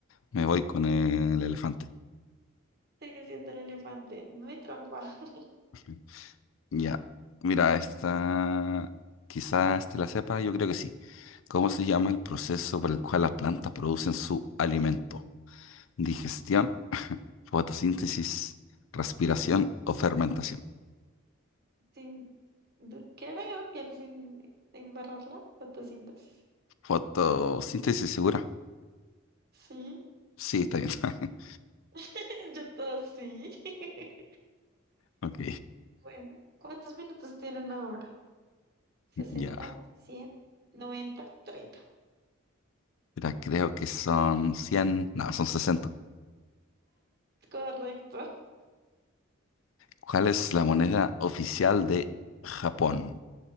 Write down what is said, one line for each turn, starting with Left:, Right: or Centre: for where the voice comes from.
Left: me voy con el elefante.
Right: Sigue siendo el elefante. No hay trampa. <laughs>
Left: <laughs> Ya, mira, esta quizás te la sepa, yo creo que sí. ¿Cómo se llama el proceso por el cual las plantas producen su alimento? Digestión, <laughs> fotosíntesis, respiración o fermentación.
Right: Sin, du- creo que sin embarrarla, fotosíntesis.
Left: Fotosíntesis segura.
Right: Sí,
Left: Sí, está bien. <laughs>
Right: <laughs> yo todo sí. <laughs>
Left: Ok,
Right: Bueno, ¿cuántos minutos tienen ahora? sesenta
Left: ya.
Right: cien noventa treinta
Left: Mira, creo que son cien, No, son 60.
Right: Correcto.
Left: ¿Cuál es la moneda oficial de Japón?